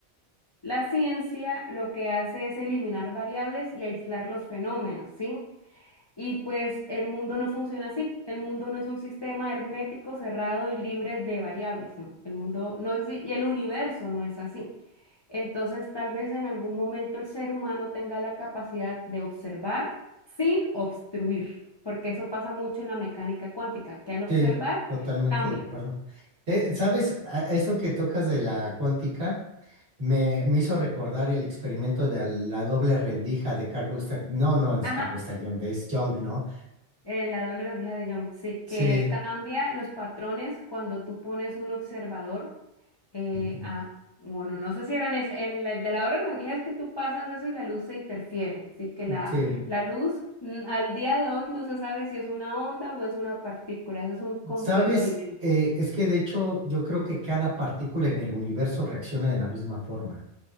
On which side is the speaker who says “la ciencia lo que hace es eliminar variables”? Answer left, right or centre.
Left